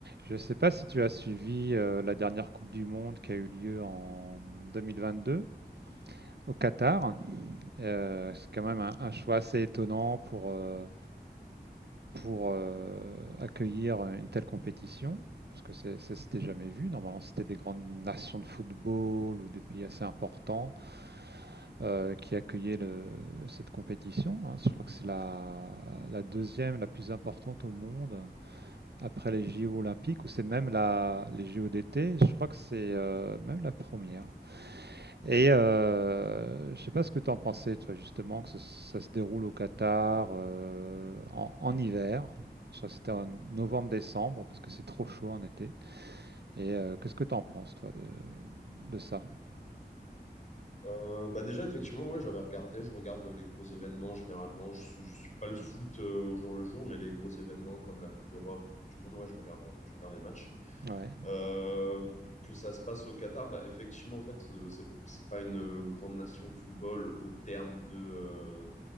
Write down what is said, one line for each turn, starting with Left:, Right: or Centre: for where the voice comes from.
Right: Je ne sais pas si tu as suivi euh, la dernière Coupe du Monde qui a eu lieu en 2022 au Qatar. Euh, c'est quand même un, un choix assez étonnant pour, euh, pour euh, accueillir une telle compétition, parce que c'est- ça s'était jamais vu. Normalement, c'était des grandes nations de football ou des pays assez importants euh, qui accueillaient le- cette compétition. hein. Je crois que c'est la, la deuxième, la plus importante au monde. après les JO olympiques, ou c'est même la, les JO d'été, je crois que c'est euh, même la première. Et euh, je sais pas ce que tu en pensais, toi, justement, que ce- ça, se déroule au Qatar euh, en, en hiver. Je crois que c'était en novembre-décembre, parce que c'est trop chaud en été. Et euh, qu'est-ce que tu en penses, toi, de, de ça?
Left: Euh, bah déjà, effectivement, ouais, j'avais regardé, je regarde euh, les gros événements généralement. Je, suis- je suis pas le foot euh, au jour le jour, mais les gros événements comme la Coupe d'Europe, la Coupe du Monde, ouais, je regarde, euh, je regarde les matchs.
Right: Ouais.
Left: Euh, que ça se passe au Qatar, bah effectivement, en fait, euh, c'est c'est pas une euh, grande nation de football au terme de, euh,